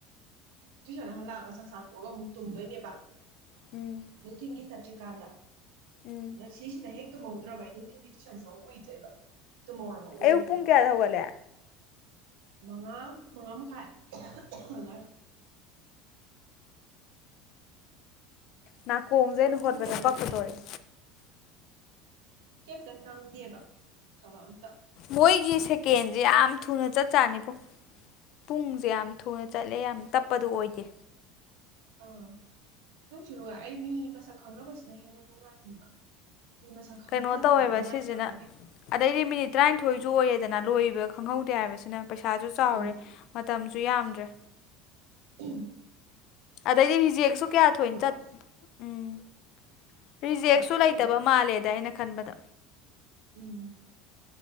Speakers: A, on the right; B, on the left.
A: ꯇꯨ ꯁꯅ ꯍꯜꯂ ꯑꯕ ꯁ ꯁꯥꯗ ꯈꯒ ꯃꯨꯛꯇ ꯍꯗꯣꯏꯅꯦꯕꯥ
B: ꯎꯝ
A: ꯂ ꯊꯒꯤꯤ ꯆꯠꯇꯔꯤꯀꯥꯟꯗ
B: ꯎꯝ
A: ꯁꯤꯁꯤꯗ ꯍꯦꯛ ꯇꯨꯝꯍꯧꯗ꯭ꯔꯕ ꯑꯩ ꯅꯨꯡꯊꯤꯒꯤ ꯇꯨꯏꯁꯟꯁ ꯑꯃꯛ ꯎꯏꯗꯣꯏꯕ ꯇꯨꯝꯍꯧꯔꯕ ꯎꯏꯔꯣꯏꯗ꯭ꯔꯤꯕ
B: ꯑꯩꯨ ꯄꯨꯡ ꯀꯌꯥꯗꯧꯒꯦ
A: ꯃꯉꯥ ꯃꯉꯥ ꯃꯈꯥꯏ ꯑꯗꯨꯅꯔ
B: ꯅꯥꯀꯣꯡꯁꯦ
A: ꯇꯔꯨꯛꯀꯤꯅꯦ
B: ꯑꯩꯅ ꯍꯣꯠꯄꯗ
A: ꯑꯗꯨꯅꯅꯦ
B: ꯄꯛꯀꯗꯣꯔꯔꯦ
A: ꯀꯩꯝꯇ ꯅꯪꯗꯦꯕ ꯀꯕ ꯑꯃꯇ
B: ꯃꯣꯏꯒꯤ ꯁꯦꯀꯦꯟꯁꯦ ꯌꯥꯝ ꯊꯨꯅ ꯆꯠ ꯆꯥꯅꯤꯕꯣ ꯄꯨꯡꯁꯦ ꯌꯥꯝ ꯊꯨꯅ ꯆꯠꯂꯦ ꯌꯥꯝ ꯇꯞꯄꯗꯨꯣ ꯑꯣꯏꯗꯦ
A: ꯑꯥ ꯅꯨꯡꯁꯨ ꯅꯨꯡꯉꯥꯏ ꯑꯩ ꯃꯤ ꯃꯁꯛ ꯈꯪꯅꯕꯁꯤꯅ ꯍꯦꯟꯅ ꯅꯨꯡꯉꯥꯏꯍꯟꯕ ꯃꯤ ꯃꯁꯛ ꯈꯪꯅꯗꯕꯗꯣ
B: ꯀꯩꯅꯣ ꯇꯧꯋꯦꯕ
A: ꯑꯩ ꯅꯨꯡꯉꯥꯏꯇꯕꯒ
B: ꯁꯤꯖꯤꯅ ꯑꯗꯩꯗꯤ ꯃꯤꯅꯤꯠ ꯇꯔꯥꯅꯤꯊꯣꯏꯁꯨ ꯑꯣꯏꯔꯦꯗꯅ ꯂꯣꯏꯕ ꯈꯪꯍꯧꯗꯦ ꯍꯥꯏꯕꯁꯤꯅ ꯄꯩꯁꯥꯁꯨ ꯆꯥꯎꯔꯦ
A: ꯎꯝ
B: ꯃꯇꯝꯁꯨ ꯌꯥꯝꯗ꯭ꯔꯦ
A: ꯑ
B: ꯑꯗꯩꯗꯤ ꯖꯦꯛꯁꯨ ꯀꯌꯥ ꯊꯣꯏꯅ ꯆꯠ
A: ꯑꯁ
B: ꯎꯝ ꯔꯤꯖꯦꯛꯁꯨ
A: ꯆꯥꯎꯍꯣꯏ ꯔꯤꯖꯦꯛ
B: ꯂꯩꯇꯕ ꯃꯥꯜꯂꯦꯗ ꯑꯩꯅ ꯈꯟꯕꯗ
A: ꯎꯝ